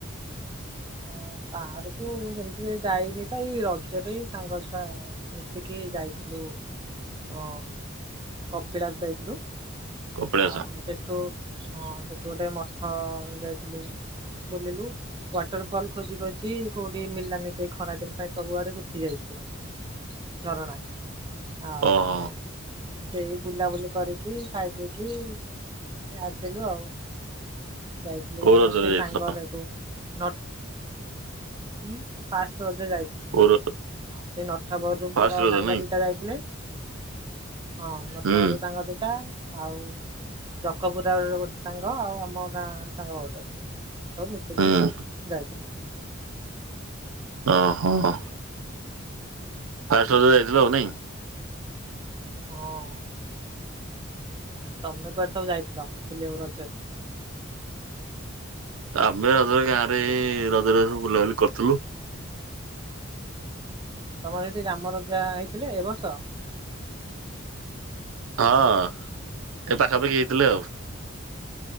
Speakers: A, on the right; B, on the right.
A: ହଁ ବାହାରୁକୁ ସେମିତି ଯାଇନି ତ ଏଇ ରଜରେ ସାଙ୍ଗ ଛୁଆ ମିଶିକି ଯାଇଥିଲୁ ଅ କପିଳାସ ଯାଇଥିଲୁ।
B: କପିଳାସ
A: ଆଉ ସେଠୁ ହଁ ସେଠୁ ଗୋଟେ ମଠ ଯାଇଥିଲୁ ବୁଲିଲୁ ୱାଟର ଫଲ ଖୋଜି ଖୋଛି କୋଉଠି ମିଳଲାନି ସେ ଖରାଦିନ ପାଇଁ ସବୁଆଡେ ଶଖି ଯାଇଛି। ଝରଣା ଆଉ
B: ଓହୋ।
A: ସେଇ ବୁଲାବୁଲି କରିକି ଖାଇ ପିଇକି ଆସିଲୁ ଆଉ। ଯାଇଥିଲଥିଲେ
B: କୋଉ
A: ଆମ
B: ରଜରେ
A: ସେଇ
B: ଯାଇଥିଲ?
A: ସାଙ୍ଗ ତାକୁ ନ ହୁଁ ଫାଷ୍ଟ ରଜେ ଯାଇ ହୁଁ
B: କୋଉ
A: ସେଇ
B: ର
A: ନଟା ବରରୁ
B: ଫାଷ୍ଟ
A: ମୋର
B: ରଜ
A: ସାଙ୍ଗ
B: ନାଇଁ
A: ଦିଟା ଯାଇଥିଲେ। ହଁ ନଟା
B: ହୁଁ
A: ବରରୁ ସାଙ୍ଗ ଦିଟା ଆଉ ଜଖପୁରାରୁ ଗୋଟେ ସାଙ୍ଗ ଆଉ ଆମ ଗାଁ ସାଙ୍ଗ ଗୋଟେ ଏନ୍ତୀ ସବୁ ମିଶିକି
B: ହୁଁ
A: ଯାଇଥିଲୁ।
B: ଓହୋ। ଫାଷ୍ଟ୍ ବୋଧେ ଯାଇଥିଲ ଆଉ ନାଇଁ?
A: ହଁ। ଆଉ ତମେ କୁଆଡେ ସବୁ ଯାଇଥିଲ ବିଲିବାକୁ ରଜରେ?
B: ଆମେ ରଜରେ ଗାଁରେ ରଜରେ ରଜୁ ବୁଲାବୁଲି କରିଥିଲୁ।
A: ତମର ସେଠି ରାମ ରଜା ହେଇଥିଲେ ଏ ବର୍ଷ?
B: ହଁ ଏ ପାଖାପାଖି ହେଇଥିଲେ ଆଉ।